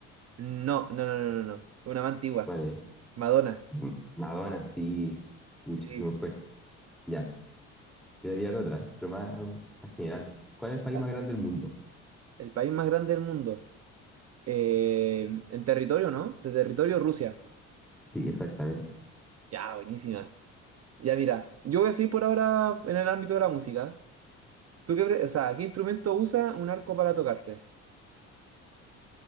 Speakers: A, on the right (about 40°); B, in the centre.
A: No, no, no, no, no, no. Una más antigua.
B: ¿cuál es?
A: Madonna.
B: M- Madonna, sí. Pucha,
A: Sí.
B: se me fue. Ya, voy a tirar otra, ¿eh? pero más, más general. ¿Cuál es el país
A: Ah,
B: más grande del mundo?
A: El país más grande del mundo. Eh, en territorio, ¿no? De territorio, Rusia.
B: Sí, exactamente.
A: Ya, buenísima. Ya, mira, yo voy a seguir por ahora en el ámbito de la música. ¿Tú qué, pre- o sea, ¿qué instrumento usa un arco para tocarse?